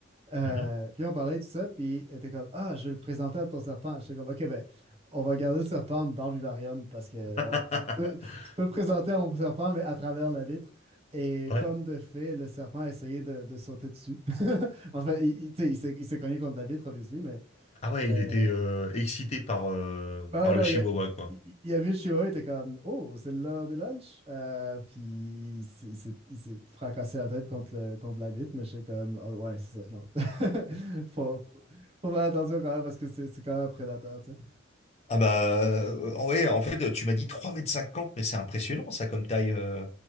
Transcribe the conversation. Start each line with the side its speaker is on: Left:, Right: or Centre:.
Right: Euh,
Left: Mhm.
Right: puis on parlait de tout ça, puis t'es comme Ah, je vais le présenter à ton serpent. J'étais comme Ok, ben, on va garder le serpent dans le vivarium parce que
Left: <laughs>
Right: on- tu, tu peux, tu peux le présenter à mon serpent, mais à travers la vitre. Et
Left: Ouais.
Right: comme de fait, le serpent a essayé de, de sauter dessus. <laughs> Enfin, il, il- tu sais, il s'est il s'est cogné contre la vitre, obviously, mais,
Left: Ah ouais,
Right: mais,
Left: il était euh, excité par euh,
Right: ben ouais,
Left: par
Right: non,
Left: le Chihuahua
Right: il a,
Left: quoi.
Right: il, il a vu Shiro, il était comme Oh, c'est l'heure du lunch. Euh, puis il s'est il s'est- il s'est fracassé la tête contre, le, contre la vitre, mais j'étais comme Ah Ouais, c'est ça, non. <laughs> faut, faut, faut faire attention quand même parce que c'est c'est quand même un prédateur, tu sais.
Left: Ah bah euh, ouais, en fait, tu m'as dit trois mètres cinquante, mais c'est impressionnant ça comme taille. euh.